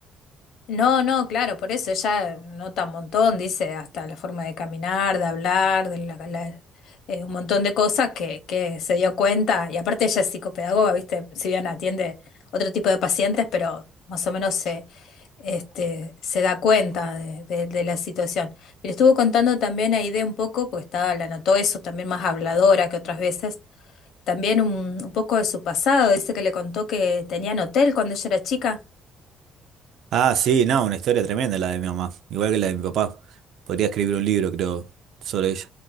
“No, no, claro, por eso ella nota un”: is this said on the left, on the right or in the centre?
Left